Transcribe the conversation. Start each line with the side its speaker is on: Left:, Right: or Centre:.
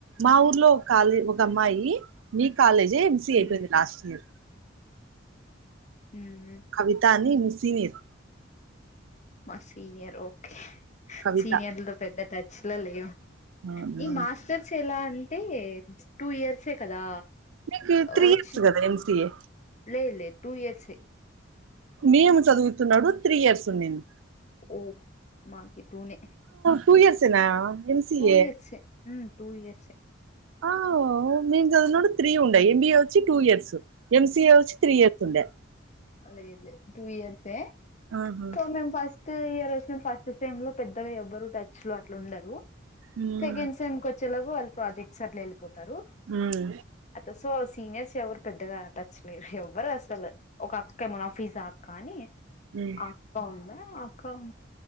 Right: మా ఊర్లో ఒక కాలే ఒక అమ్మాయి నీ కాలేజ్ జేఎంస ఐయింది
Left: మ్మ్
Right: లాస్ట్ ఇయర్
Left: మ్మ్
Right: కవిత అని సీనియర్
Left: మా సీనియర్ ఓకే
Right: కవిత
Left: సినియర్లుతో పెద్ద త చిల్లయో
Right: అవునా,
Left: ఈ మాస్టర్స్ ఎలా అంటే టూ ఇయర్సే కదా
Right: మీకు త్రీ
Left: వచ్చి
Right: ఇయర్స్ కదా ఎంసీఏ
Left: లేదు లేదు టూ ఇయర్స్ ఏ
Right: మేము చదువుతున్నాడు త్రీ ఇయర్స్ ఉన్నాను
Left: ఓహ మాకు టూ నే
Right: టు ఇయర్స్ ఏనా ఎంసీఏ
Left: టూ ఇయర్సే ఉ టు ఇయర్స్ ఏ
Right: ఆ మేము చదివినపుడు త్రీ ఉండే ఇండియా వచ్చి టూ ఇయర్స్ ఎంసీఏ వచ్చి త్రీ ఇయర్స్ ఉండే
Left: అలా ఏం లేదు టూ ఇయర్సే
Right: ఆహా
Left: సో మేమ్ ఫస్ట్ ఇయర్ వచ్చిన ఫస్ట్ సేమ్ లో పెద్దగా ఎవ్వరు టచ్ లో అట్లు ఉండరు
Right: ఉమ్,
Left: సకెండ్ సమ్ కోచ్ చలవు వాళ్ళ ప్రాజెక్ట్ అట్లు పోతారు
Right: ఉమ్,
Left: అత సోర్స్ సీనియర్స్ ఎవరు పెద్దగా టచ్ లేరు ఎవ్వరు అసలు ఒక అక్క ఏ మునాఫీజా అక్క అని
Right: ఉమ్,
Left: ఆ అక్క ఉందే అక్క